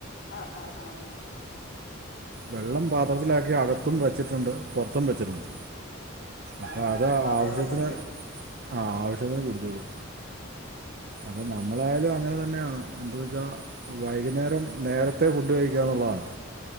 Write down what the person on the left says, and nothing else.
ആഹ്ആഹ് ആ
ആഹ്
ആ
വെള്ളം കുടിക്കും